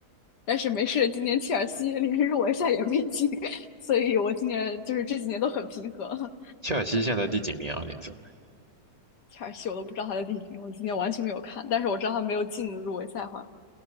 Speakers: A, on the left; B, on the right.
A: 但是没事，今年切尔西连入围赛也没进，<laughs> 所以我今年就是这几年都很平和了
B: 切尔西现在第几名啊？联赛？
A: 切尔西我都不知道他的地名，我今年完全没有看，但是我知道他没有进入围赛，好像。